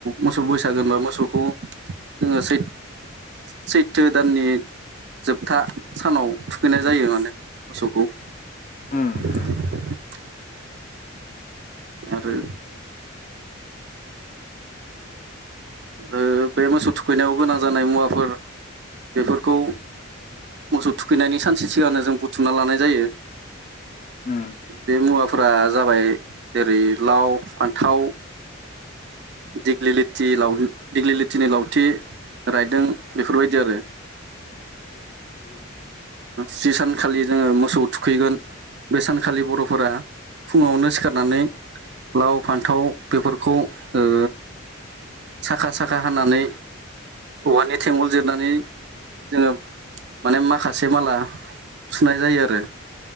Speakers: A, on the right; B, on the left.
A: मोसौ बैसागोनबा मोसौखौ जोङो सैथ सैथो दाननि जोबथा सानाव थुखैनाय जायो माने मोसौखौ।
B: उम
A: <unintelligible>
B: उम
A: आरो आरो बे मोसौ थुखैनायाव गोनां जानाय मुवाफोर बेफोरखौ मोसौ थुखैनायनि सानसे सिगांनो जों बुथुमना लानाय जायो।
B: उम
A: बे मुवाफोरा जाबाय जेरै लाव फान्थाव दिगलि लिथि लाव दिग्लि लिथिनि लावथि रायदों बेफोरबायदि आरो।
B: औ सुब
A: जि सानखालि जोङो मोसौ थुखैगोन बे सानखालि बर'फोरा फुङावनो सिखारनानै लाव फान्थाव बेफोरखौ ओ साखा साखा हानानै औवानि थेंगल जिरनानै जोङो माने माखासे माला सुनाय जायो आरो।